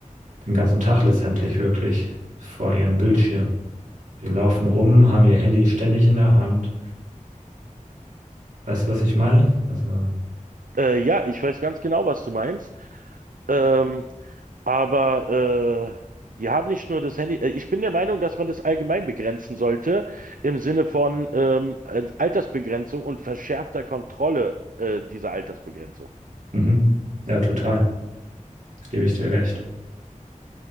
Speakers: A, on the right; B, on the right.
A: den ganzen Tag letztendlich wirklich vor ihrem Bildschirm. Die laufen rum, haben ihr Handy ständig in der Hand. Weißt du, was ich meine? Also,
B: Äh, ja, ich weiß ganz genau, was du meinst. Ähm, Aber äh, die haben nicht nur das Handy. äh, Ich bin der Meinung, dass man das allgemein begrenzen sollte, im Sinne von ähm, äh, Altersbegrenzung und verschärfter Kontrolle äh, dieser Altersbegrenzung.
A: mhm. Ja, total. Das gebe ich dir recht.